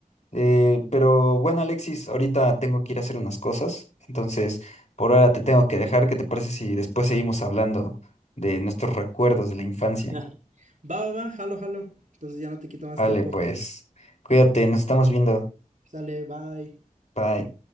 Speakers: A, on the left; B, on the right.
A: Eh, pero bueno, Alexis, ahorita tengo que ir a hacer unas cosas, entonces por ahora te tengo que dejar. ¿Qué te parece si después seguimos hablando de nuestros recuerdos de la infancia?
B: <laughs> Va, va, va, jalo, jalo. Entonces ya no te quito más
A: Vale,
B: tiempo.
A: pues cuídate, nos estamos viendo.
B: Sale, bye.
A: Bye.